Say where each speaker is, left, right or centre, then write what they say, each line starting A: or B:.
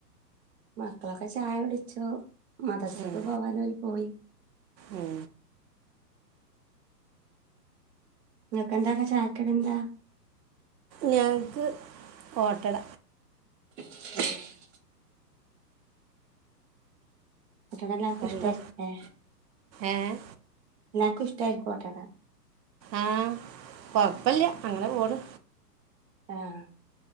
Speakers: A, on the right (about 40°); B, on the right (about 85°).
A: മക്കളൊക്കെ ചായ കുടിച്ചു. മദർസ്ക്ക്
B: ഉം
A: പോവാല്ലോല് പോയി.
B: ഉം
A: ഇങ്ങക്കെന്താണ് ചായക്കടി എന്താ?
B: ഞങ്ങക്ക് ഓട്ടട
A: <inaudible> ഓട്ടാട എല്ലാർക്കും
B: എന്താ
A: ഇഷ്ടായിരിക്കും ലേ,
B: ഏഹ്
A: എല്ലാർക്കും ഇഷ്ടായിരിക്കും ഓട്ടാട
B: ആഹ് കൊഴപ്പല്ല. അങ്ങനെ പോണ്
A: ആഹ്